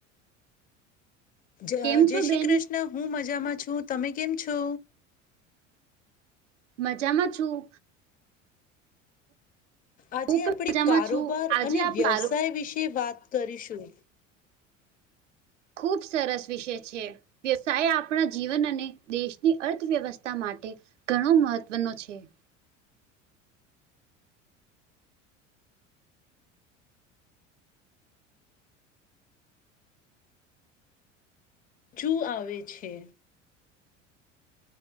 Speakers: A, on the left (about 25°); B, on the right (about 70°).
A: જ
B: કેમ
A: જય
B: છો
A: શ્રી
B: બેન
A: કૃષ્ણ હું મજામાં છું તમે કેમ છો?
B: મજામાં છું.
A: આજે
B: હું
A: આપણે
B: પણ મજામાં
A: કારોબાર
B: છું આજે
A: અને
B: આપણો
A: વ્યવસાય વિશે વાત કરીશું.
B: ખૂબ સરસ વિષય છે. વ્યવસાય આપણા જીવન અને દેશની અર્થવ્યવસ્થા માટે ઘણો મહત્વનો છે.
A: શું આવે છે.